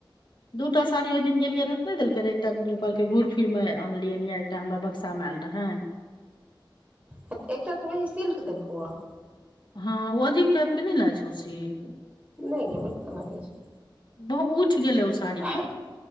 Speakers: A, on the left (about 65°); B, on the right (about 15°).
A: दू टा साड़ी ओहि दिन गेलियै रहै तऽ नहि देलक रहै एकटा ओ कहलकै घूर फिरमे आनलियै ये एकटा हमरा बक्सामे आयल रहैन
B: ह एकटा तऽ वहि सिल्क देलको अ
A: हँ ओ अजीब टाइपकेँ नहि लायै छौ ओ सिल्क
B: नहि गे बढ़िया लागै छै
A: बहु उठ गेलै ओस
B: हँ